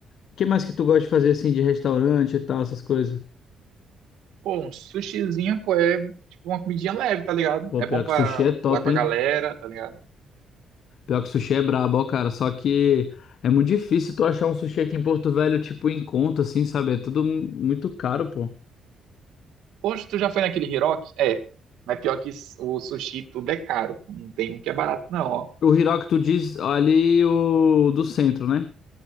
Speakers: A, on the left (about 65°); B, on the right (about 80°).
A: o que mais que tu gosta de fazer assim de restaurante e tal, essas coisas?
B: Pô, um sushizinho, pô, é tipo uma comidinha leve, tá ligado?
A: Pô,
B: É
A: pior
B: bom pra
A: que sushi é top,
B: falar com a
A: hein?
B: galera, tá ligado?
A: Pior que sushi é brabo, ó, cara. Só que é muito difícil tu achar um sushi aqui em Porto Velho, tipo, em conta, assim, sabe? É tudo mu- muito caro, pô.
B: Hoje tu já foi naquele Hiroki? É, mas pior que s- o sushi tudo é caro, pô. Não tem um que é barato, não, ó.
A: O Hiroki, tu diz ali o do centro, né?